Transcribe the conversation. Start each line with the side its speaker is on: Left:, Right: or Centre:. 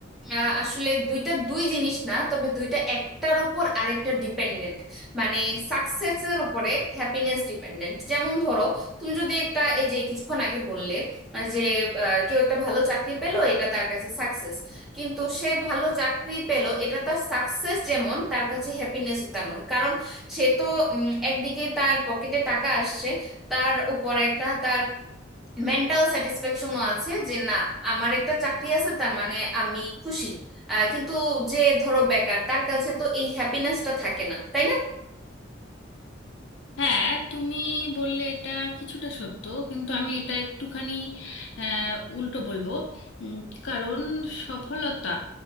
Centre: আহ, আসলে দুইটা দুই জিনিস না তবে দুইটা একটার উপর আরেকটা ডিপেন্ডেন্ট মানে সাকসেসের উপরে হ্যাপিনেস ডিপেন্ডেন্ট যেমন ধরো তুমি যদি একটা এই যে কিছুক্ষণ আগে বললে আহ, যে আহ, কেউ একটা ভালো চাকরি পেলো এটা তার কাছে সাকসেস কিন্তু সে ভালো চাকরি পেলো এটা তার সাকসেস যেমন তার কাছে হ্যাপিনেস তেমন কারণ সে তো উম, একদিকে তার পকেটে টাকা আসছে তার উপর একটা তার মেন্টাল স্যাটিসফ্যাকশনও আছে যে না আমার একটা চাকরি আছে তার মানে আমি খুশি আহ, কিন্তু যে ধরো বেকার তার কাছে তো এই হ্যাপিনেসটা থাকে না তাই না
Left: হ্যাঁ তুমি বললে এটা কিছুটা সত্য কিন্তু আমি এটা একটুখানি আহ, উল্টো বলবো উম, কারণ সফলতা